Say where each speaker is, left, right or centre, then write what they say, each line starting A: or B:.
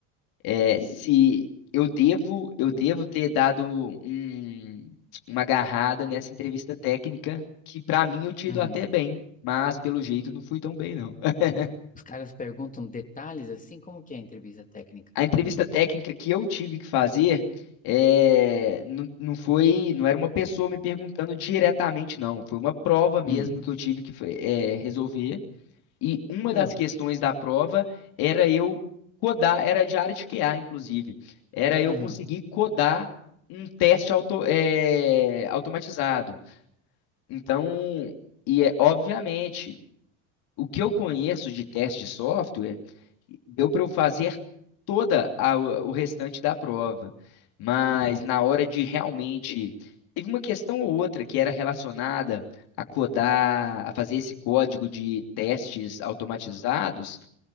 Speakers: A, on the left (about 65°); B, on the left (about 20°).
A: é, se eu devo, eu devo ter dado um- uma agarrada nessa entrevista técnica, que pra mim eu tinha
B: uhum.
A: ido até bem, mas pelo jeito não fui tão bem, não. <laughs>
B: Os caras perguntam detalhes assim, como que é a entrevista técnica?
A: A entrevista técnica que eu tive que fazer é, não, não foi, não era uma pessoa me perguntando diretamente, não. Foi uma prova mesmo
B: Hum.
A: que eu tive que é, resolver. E uma
B: Ah,
A: das questões da prova era eu codar, era de área de QA, inclusive. Era eu
B: aham.
A: conseguir codar um teste auto- eh, automatizado. Então, e é, obviamente, o que eu conheço de teste de software, deu para eu fazer toda a- o restante da prova, mas
B: Uhum,
A: na hora de realmente teve uma questão ou outra que era relacionada a codar, a fazer esse código de testes automatizados,